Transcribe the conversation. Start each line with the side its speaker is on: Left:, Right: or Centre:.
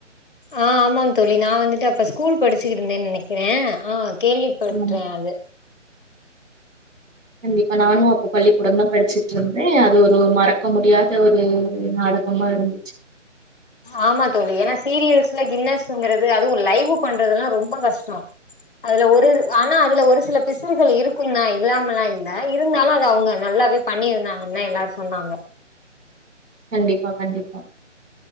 Left: ஆ ஆமாங் தோழி நா வந்துட்டு அப்ப ஸ்கூல் படிச்சிக்கிட்டுருந்தே நெனைக்கிறே ஆ கேள்விப்பட்ற்றே
Right: ஆமா
Left: அது
Right: கண்டிப்பா நானு அப்ப பள்ளிக்கூடந்தா படிச்சுட்டு இருந்தே அது ஒரு ஒரு மறக்க முடியாத ஒரு நாடகமா இருந்துச்சு
Left: ஆமா தோழி ஏன்னா சீரியல்ஸ்ல கின்னஸ்ங்கிறது அதுவு லைவு பண்றதுல்லா ரொம்ப கஷ்டோ அதுல ஒரு ஆனா அதுல ஒரு சில பிசுறுகள் இருக்குந்தா இல்லாமலா இல்ல இருந்தாலு அது அவங்க நல்லாவே பண்ணிருந்தாங்கன்தா எல்லாரு சொன்னாங்க
Right: கண்டிப்பா கண்டிப்பா